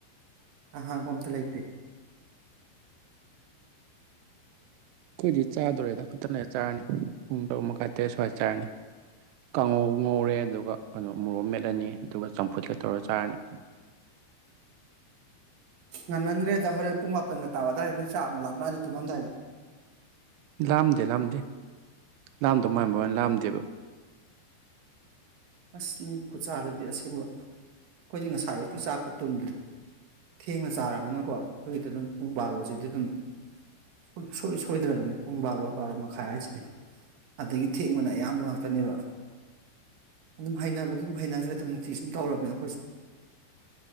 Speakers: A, on the right (about 70°); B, on the right (about 85°).
A: ꯑꯍꯥꯡꯕ ꯑꯝꯇ ꯂꯩꯇꯦ
B: ꯑꯩꯈꯣꯏꯗꯤ ꯆꯥꯗꯣꯔꯦꯗ ꯉꯥꯛꯇꯥꯡ ꯂꯩꯔ ꯆꯥꯔꯅꯤ ꯄꯨꯡ ꯇꯔꯨꯛ ꯃꯈꯥꯏ ꯇꯔꯦꯠ ꯁ꯭ꯋꯥꯏꯗ ꯆꯥꯔꯅꯤ ꯀꯥꯡꯉꯧ ꯉꯧꯔꯦ ꯑꯗꯨꯒ ꯃꯣꯔꯣꯛ ꯃꯦꯠꯂꯅꯤ ꯑꯗꯨꯒ ꯆꯝꯐꯨꯠꯀ ꯇꯧꯔ ꯆꯥꯔꯅꯤ
A: ꯉꯥꯟꯃꯟꯈ꯭ꯔꯦꯗ ꯍꯣꯔꯦꯟ ꯄꯨꯡ ꯃꯥꯄꯟꯒ ꯇꯥ ꯑꯗꯨꯋꯥꯏ ꯅꯣꯏ ꯆꯥꯛꯃꯨꯛ ꯂꯥꯝꯃꯛꯑꯅꯤ ꯇꯨꯝꯃꯝꯗꯥꯏꯗ
B: ꯂꯥꯝꯗꯦ ꯂꯥꯝꯗꯦ ꯂꯥꯝꯗꯧ ꯃꯥꯟꯕ ꯋꯥꯅꯤ ꯂꯥꯝꯗꯦꯕ
A: ꯑꯁ ꯅꯣꯏ ꯈꯨꯠꯆꯥꯥꯗꯨꯗꯤ ꯑꯁꯦꯡꯕ ꯈꯣꯏꯗꯤ ꯉꯁꯥꯏ ꯑꯌꯨꯛꯀꯤ ꯆꯥꯛꯄꯨ ꯇꯨꯝꯗ꯭ꯔꯤ ꯊꯦꯡꯅ ꯆꯥꯔꯕꯅꯤꯅꯀꯣ ꯍꯧꯖꯤꯛꯇꯤ ꯗꯨꯝ ꯄꯨꯡ ꯕꯥꯔꯣꯁꯤꯗꯤ ꯗꯨꯝ ꯁꯨꯛꯁꯣꯏ ꯁꯣꯏꯗ꯭ꯔꯕꯅꯤ ꯄꯨꯡ ꯕꯥꯔꯣ ꯕꯥꯔꯣ ꯃꯈꯥꯏ ꯍꯥꯏꯁꯤꯗꯤ ꯑꯗꯒꯤ ꯊꯦꯡꯕꯅ ꯑꯌꯥꯝꯕ ꯉꯥꯛꯇꯅꯦꯕ ꯑꯗꯨꯝ ꯍꯩꯅꯕ ꯗꯨꯝ ꯍꯩꯅꯈ꯭ꯔꯦꯗ ꯅꯨꯡꯇꯤꯒꯤ ꯁꯨꯝ ꯇꯧꯔꯕꯅꯤꯅ ꯑꯩꯈꯣꯏꯁꯨ